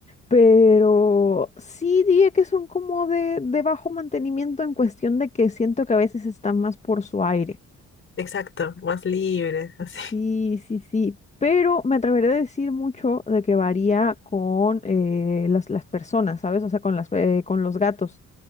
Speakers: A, on the left; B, on the left.
A: Pero sí diría que son como de, de bajo mantenimiento en cuestión de que siento que a veces están más por su aire.
B: Exacto, más libres, <laughs> así.
A: Sí, sí, sí. Pero me atreveré a decir mucho de que varía con eh, las, las personas, ¿sabes? O sea, con las, eh, con los gatos,